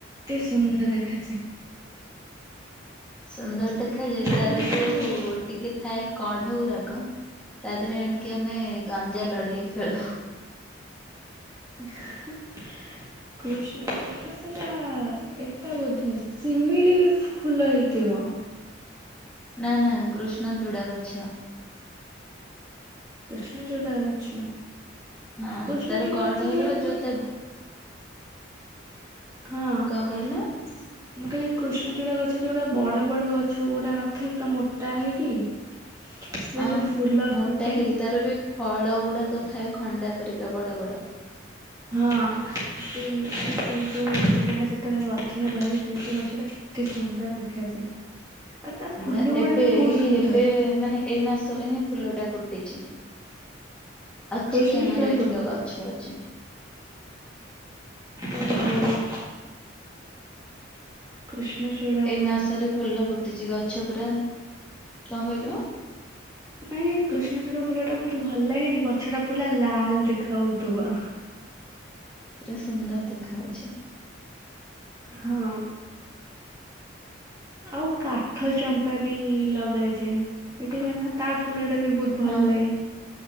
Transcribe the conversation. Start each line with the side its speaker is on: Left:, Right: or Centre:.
Right: ଏତେ ସୁନ୍ଦର ଦେଖାଯାଏ।
Centre: ସୁନ୍ଦର ଦେଖାଯାଏ, ତାର
Right: ମାନେ
Centre: ଯଉ
Right: ଯୋଉ
Centre: ଟି ଟିକେ ଥାଏ କଢଗୁରାକ। ତା ଦେହରେ ଆଣିକି ଆମେ ଗଞ୍ଜା ଲଢେଇ ଖେଳୁ।
Right: <inaudible> କୃଷ୍ଣଚୂଡ଼ା ସେଟା ଏଟା ବୋଧେ। ଶିମିଳି ଫୁଲ ହେଇଥିବ।
Centre: ନା, ନା, କୃଷ୍ଣଚୂଡ଼ା ଗଛ।
Right: କୃଷ୍ଣଚୂଡ଼ା ଗଛ।
Centre: ହଁ
Right: କୃଷ୍ଣଚୂଡ଼ା
Centre: ତାର କଢର
Right: ଗଛ ଯଉଟାକି
Centre: ଯୋଉ
Right: ବହୁ
Centre: ତା
Right: ହଁ ମୁଁ
Centre: କଣ କହିଲ
Right: କହିଲି କୃଷ୍ଣଚୂଡ଼ା ଗଛ ଯୋଉଟା ବଡ ବଡ ଗଛ ଗୋଟା ନଥାଏ, ପୁରା ମୋଟା ହେଇକି? ସେଥିରେ
Centre: ଅ
Right: ଯୋଉ ଫୁଲ
Centre: ମୋଟା
Right: ଫୁଟେ
Centre: ହେଇକି, ତାର ବି ଫଳ ଗୁଡାକ ଥାଏ ଖଣ୍ଡା ପରିକା ବଡ ବଡ।
Right: ହଁ ସେ ସେଇ ଯୋଉ ଫୁଲଟା ଯେତେବେଳେ ଗଛରେ ଧରେ ସେ ଗଛଟା କେତେ ସୁନ୍ଦର ଦେଖାଯାଏ। ଆଉ ତା
Centre: ବଢିଆ
Right: ଫୁଲ ଗୁଡ଼ା
Centre: ଏବେ
Right: ବି
Centre: ଏଇ
Right: ବହୁତ ସୁନ୍ଦର।
Centre: ଏବେ ମାନେ ଏଇ ମାସରେ ହିଁ ଫୁଲ ଟା ଫୁଟିଛି। ଅଛି
Right: କୃଷ୍ଣଚୂଡ଼ା
Centre: ଆମର ଏଇଠି
Right: ଫୁଲ
Centre: ଗଛ ଅଛି।
Right: ଓ ହୋ। କୃଷ୍ଣଚୂଡ଼
Centre: ଏଇ ମାସରେ ଫୁଲ ଫୁଟିଚି। ଗଛ ପୁରା। କଣ କହିଲେ?
Right: ନାଇ କୃଷ୍ଣଚୂୁଡା ଫୁଲ ଟା ବହୁତ ଭଲ ଲାଗେନି, ଗଛ ଟା ପୁର ଲାଲ ଦେଖା ହାଉଥିବା।
Centre: ପୁରା ସୁନ୍ଦର ଦେଖା ଯାଉଛି।
Right: ହଁ। ଆଉ କାଠ ଚମ୍ପା ବି ଲଗାଯାଏ। ଏଠି ଯା ନା ତା ଫୁଲ ଟା ବି ବହୁତ, ଭଲ
Centre: ହଁ ହଁ
Right: ଲାଗେ।